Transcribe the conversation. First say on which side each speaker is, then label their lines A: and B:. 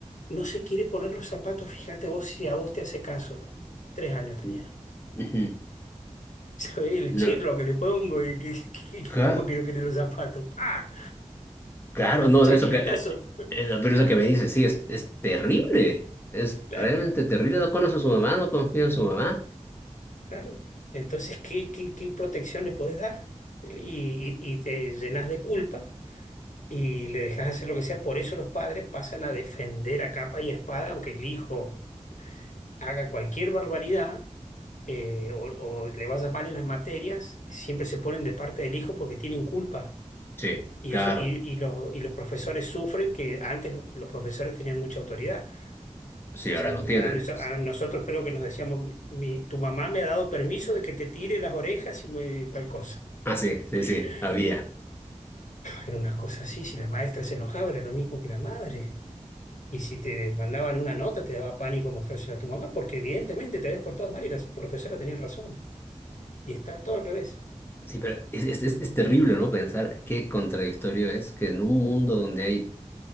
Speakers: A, on the left (about 80°); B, on the left (about 20°).
A: no se quiere poner los zapatos, fíjate vos si a vos te hace caso. Tres años tenía.
B: Sí. Ujú.
A: <laughs> ¿Sabés el
B: No,
A: chirlo que le pongo? Y que- que- que-
B: ca-
A: ¿Cómo quiero querer los zapatos? <laughs> ¡Pah!
B: claro, no,
A: El chacletazo.
B: eso que, eh, eh, pero eso que me dice, sí, es, es terrible, es
A: Claro,
B: realmente terrible, no conoce a su mamá, no confía en su mamá.
A: claro. Entonces, ¿qué, qué, qué protección le podés dar? Y, y y te llenas de culpa y le dejas hacer lo que sea. Por eso los padres pasan a defender a capa y espada, aunque el hijo haga cualquier barbaridad eh, o, o le vaya mal en las materias, siempre se ponen de parte del hijo porque tienen culpa.
B: Sí,
A: Y
B: claro,
A: eso, y, y los, y los profesores sufren que antes los profesores tenían mucha autoridad.
B: sí, ahora
A: O sea,
B: no
A: a,
B: tienen,
A: mí-
B: pues.
A: a nosotros creo que nos decíamos, "Mi- mi- tu mamá me ha dado permiso de que te tire las orejas y me- tal cosa.
B: Ah, sí, sí,
A: <gasps>
B: sí, había.
A: <laughs> Era una cosa así, si la maestra se enojaba, era lo mismo que la madre. Y si te mandaban una nota, te daba pánico mostrársela a tu mamá, porque evidentemente te habías portado mal y la profesora tenía razón. Y está todo al revés.
B: Sí, pero es, es, es, es terrible, ¿no? Pensar qué contradictorio es que en un mundo donde hay